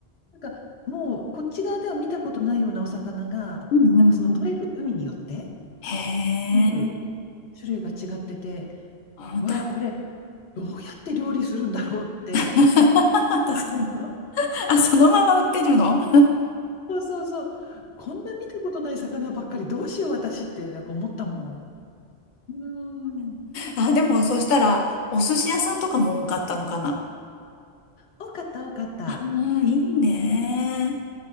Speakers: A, on the left; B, on the left.
A: なんか、もう、こっち側では見たことないようなお魚が、
B: うんうんうん。
A: なんかその取れる海によって、
B: へえ。
A: 全部種類が違ってて、
B: あ、
A: うわ、
B: だ、
A: これ、どうやって料理するんだろうって。
B: <laughs> 確かに。
A: <laughs>
B: あ、そのまま売ってるの
A: そうそうそう。こんな見たことない魚ばっかり、どうしよう私って、なんか思ったもん。うん。
B: あ、でも、そしたら、お寿司屋さんとかも多かったのかな。
A: 多かった、多かった。
B: ああ、いいね。